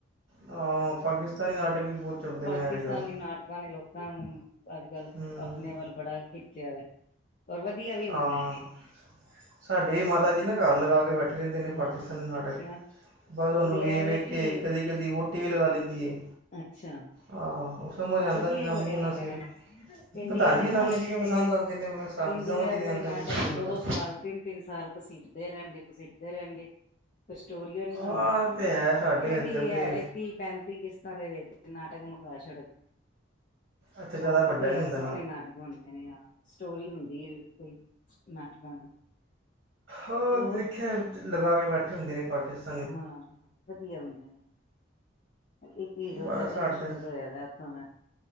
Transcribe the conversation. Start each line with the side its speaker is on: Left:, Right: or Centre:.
Right: ਹਾਂ, ਪਾਕਿਸਤਾਨੀ ਨਾਟਕ ਵੀ ਬਹੁਤ ਚੱਲਦੇ
Left: ਪਾਕਿਸਤਾਨੀ
Right: ਪਏ ਅੱਜ-ਕੱਲ੍ਹ।
Left: ਨਾਟਕਾਂ ਨੇ ਲੋਕਾਂ ਨੂੰ ਅੱਜ-ਕੱਲ੍ਹ
Right: ਹੂੰ
Left: ਆਪਣੇ ਵੱਲ ਬੜਾ ਖਿੱਚਿਆ ਵਾ। ਔਰ ਵਧੀਆ ਵੀ।
Right: ਹਾਂ,
Left: ਹੁੰਦੇ ਨੇ
Right: ਸਾਡੇ ਵੀ ਮਾਤਾ ਜੀ ਨਾ ਘਰ ਲਗਾ ਕੇ ਬੈਠੇ ਰਹਿੰਦੇ ਨੇ
Left: ਹਾਂ
Right: ਪਾਕਿਸਤਾਨੀ ਨਾਟਕ
Left: ਅੱਛਾ
Right: ਬਸ
Left: ਉਹਦੇ
Right: ਉਹਨੂੰ ਵੇਖ
Left: ਐਵੇ
Right: -ਵੇਖ
Left: ਕਿ
Right: ਕੇ ਕਦੀ-ਕਦੀ ਵ ਟੀ ਵੀ ਲਗਾ ਲੈਦੀ ਐ।
Left: ਅੱਛਾ।
Right: ਆਹੋ। ਮਜ਼ਾ ਤਾਂ
Left: ਵਧੀਆ
Right: ਆਦਾ ਨਹੀਂ ਨਾ
Left: ਹੀ ਬੜੇ
Right: ਮੂੰਹ
Left: ਹੁੰਦੇ
Right: ਨਾ ਸਿਰ
Left: ਨੇ ਇੰਡੀਆ
Right: ਪਤਾ ਨਹੀਂ
Left: ਦੇ ਨਾਟਕ
Right: ਇਹਨਾ ਨੂੰ ਕਿਵੇਂ
Left: ਤੇ
Right: ਪਸੰਦ ਆਦੇ ਨੇ। ਤੇ ਸਮਝ
Left: ਇੰਡੀਆ
Right: ਹੀ ਨੀ
Left: ਦੇ
Right: ਆਂਦਾ
Left: ਨਾਟਕ
Right: ਕੁਛ ਵੀ ਉਹਨਾਂ
Left: ਦੋ-ਦੋ
Right: ਦਾ
Left: ਸਾਲ, ਤਿੰਨ -ਤਿੰਨ ਸਾਲ ਘਸੀਟਦੇ ਰਹਿਣਗੇ-ਘਸੀਟਦੇ ਰਹਿਣਗੇ। ਕੋਈ ਸਟੋਰੀਓ ਨੀ ਬਣਦੀ,
Right: ਆਹ ਤੇ ਹੈ ਸਾਡੇ
Left: ਇਹ
Right: ਇੱਧਰ
Left: ਵੀ
Right: ਦੇ
Left: ਐਵੇ ਤੀਹ-ਪੈਂਤੀ ਕਿਸ਼ਤਾਂ ਦੇ ਵਿੱਚ ਨਾਟਕ ਮੁਕਾ ਛੱਡਦੇ ਨੇ।
Right: ਇੱਥੇ
Left: ਸਮਾਂ
Right: ਜ਼ਿਆਦਾ ਵੱਡਾ
Left: ਵਧੀਆ
Right: ਨੀ ਹੁੰਦਾ
Left: ਸੋਹਣੇ ਨਾਟਕ। ਹੁੰਦੇ ਨੇ ਸਟੋਰੀ ਹੁੰਦੀ ਏ ਕੋਈ ਨਾਟਕਾਂ ਦੀ।
Right: ਹਾਂ
Left: ਹੋਰ
Right: ਦੇਖਿਆ ਲਗਾ ਕੇ ਬੈਠੇ ਹੁੰਦੇ ਨੇ ਪਾਕਿਸਤਾਨ
Left: ਹਾਂ ਵਧੀਆ ਹੁੰਦੇ ਨੇ। ਇੱਕ ਹੀਰੋ
Right: ਬਸ
Left: ਜਿਆਦਾ
Right: ਸਾਡੇ
Left: ਹੀ ਮਸ਼ਹੂਰ ਹੋਇਆ ਵ ਉੱਥੋ ਦਾ